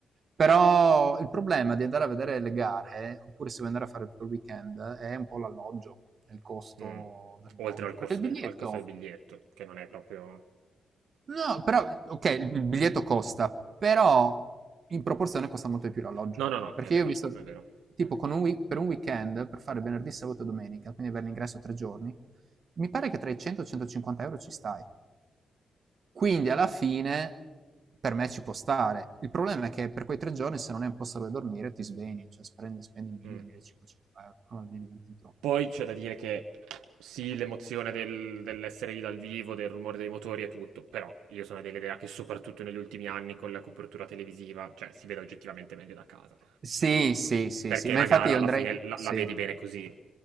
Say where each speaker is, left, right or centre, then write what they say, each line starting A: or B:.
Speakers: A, on the right (about 55°); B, on the right (about 85°).
A: Però il problema di andare a vedere le gare, oppure se vuoi andare a fare tutto il weekend, è un po' l'alloggio, è il costo
B: Mm.
A: dell'alloggio.
B: Oltre al corso
A: Perché il
B: del,
A: biglietto,
B: al costo del biglietto, che non è proprio...
A: no, però, ok, il il biglietto costa, però in proporzione costa molto di più l'alloggio.
B: No, no, no,
A: Perché
B: è vero,
A: io ho visto,
B: è vero.
A: tipo, con un wee- per un weekend, per fare venerdì, sabato e domenica, quindi avere l'ingresso tre giorni, mi pare che tra i 100 e i 150 euro ci stai. Quindi alla fine per me ci può stare. Il problema è che per quei tre giorni, se non hai un posto dove dormire, ti svegli, cioè spendi, spendi 1000-1500
B: Mh.
A: euro, allora lì diventa troppo.
B: Poi c'è da dire che sì, l'emozione del dell'essere lì dal vivo, del rumore dei motori e tutto, però io sono dell'idea che soprattutto negli ultimi anni con la copertura televisiva, cioè si vede oggettivamente meglio da casa.
A: Sì, sì, sì,
B: Perché
A: sì, ma
B: la
A: infatti
B: gara
A: io
B: alla
A: andrei,
B: fine la
A: sì,
B: la vedi bene così.